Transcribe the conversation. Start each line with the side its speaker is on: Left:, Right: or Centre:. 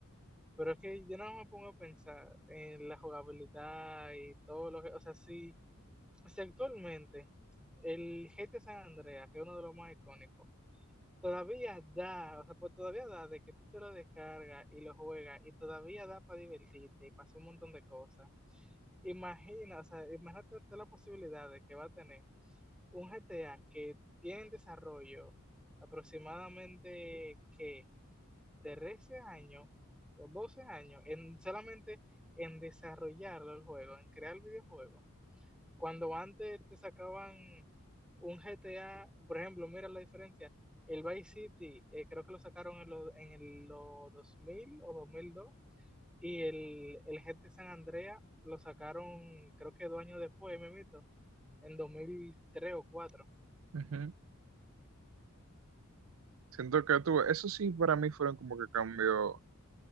Centre: Pero es que yo no me pongo a pensar en la jugabilidad y todo lo que, o sea, si si actualmente el GTA San Andreas, que es uno de los más icónicos, todavía da, o sea, pues todavía da de que tú te lo descargas y lo juegas y todavía da para divertirte y para hacer un montón de cosas. Imagina, o sea, imagínate la posibilidad de que va a tener un GTA que tiene en desarrollo aproximadamente que 13 años o 12 años en solamente en desarrollarlo el juego, en crear el videojuego cuando antes te sacaban un GTA, por ejemplo, mira la diferencia. El Vice City, eh, creo que lo sacaron en los en el, lo 2000 o dos mil dos y el, el GTA San Andrea lo sacaron, creo que dos años después, me mito, en 2003 o 2004.
Right: Ujú. Siento que tuve, eso sí para mí fueron como que cambios,